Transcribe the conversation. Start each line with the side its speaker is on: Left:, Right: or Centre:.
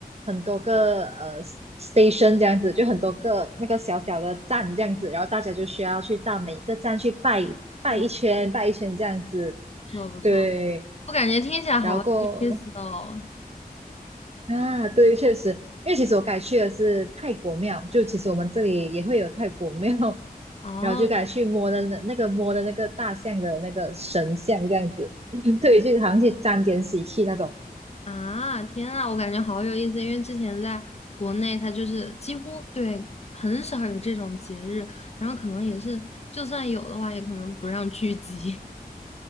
Right: 很多个呃 station 这样子，就很多个那个小小的站这样子，然后大家就需要去到每一个站去拜拜一圈拜一圈这样子，
Left: 不错不错，
Right: 对。
Left: 我感觉听起来好有意思哦。
Right: 然后啊，对，确实，因为其实我改去的是泰国庙，就其实我们这里也会有泰国庙，
Left: 哦
Right: 然后就改去摸的那那个摸的那个大象的那个神像这样子，<laughs> 对，就好像去沾点喜气那种。
Left: 啊，天啊，我感觉好有意思，因为之前在国内，它就是几乎对很少有这种节日，然后可能也是就算有的话，也可能不让聚集。